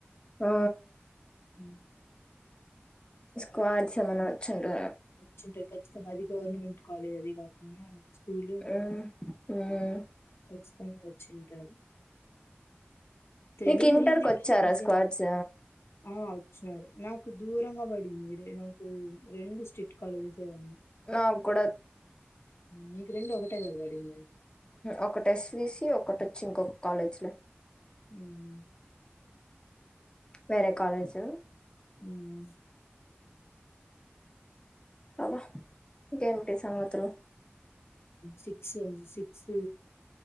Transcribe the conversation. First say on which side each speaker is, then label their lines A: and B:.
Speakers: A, on the left (about 25°); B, on the left (about 85°).
A: ఆ
B: అ
A: స్కోడ్సు ఏమైనా వచ్చిర్రా
B: వచ్చింటారు ఖచ్చితంగా అది గవర్నమెంట్ కాలేజ్ అది కాకుండా స్కూల్
A: ఆ హ్మ్
B: కచ్చితంగా వచ్చింటారు. తెలుగు,
A: నీకు ఇంటర్కి
B: హిందీ
A: వచ్చారా
B: క్యా బోల్తే
A: స్క్వాడ్స్
B: అ వచ్చారు. నాకు దూరంగా పడింది. నాకు రెండు స్ట్రీట్ కాలేజెస్ ఉన్నాయి
A: నాకు కూడా
B: మీకు రెండు ఒకటే కనాబడిందా
A: ఒకటి ఎస్విసి ఒకటోచ్చి ఇంకొక కాలేజ్ లో
B: ఉమ్
A: వేరే కాలేజ్ ఆ
B: ఉమ్
A: అబ్బా ఇంకేంటి సంగతులు
B: సిక్స్ సిక్స్